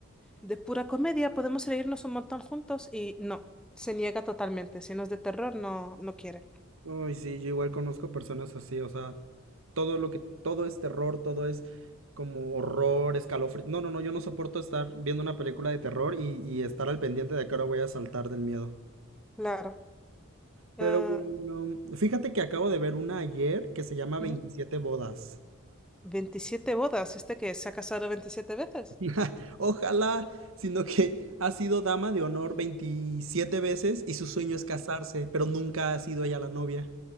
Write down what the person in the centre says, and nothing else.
de pura comedia, podemos reírnos un montón juntos. Y no, se niega totalmente. Si no es de terror, no, no quiere.
Claro. Eh,
Ujú.
27 bodas, este que se ha casado veintisiete veces.